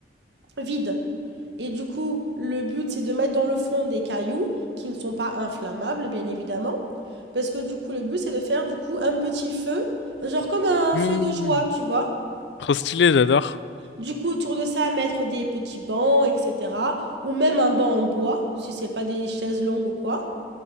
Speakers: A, on the right; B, on the left.
A: vide. Et du coup, le but, c'est de mettre dans le fond des cailloux qui ne sont pas inflammables, bien évidemment. Parce que du coup, le but, c'est de faire du coup un petit feu, genre comme un
B: Hmm.
A: feu de joie, tu vois.
B: Trop stylé, j'adore.
A: Du coup, autour de ça, mettre des petits bancs, etc. Ou même un banc en bois, si c'est pas des chaises longues ou quoi.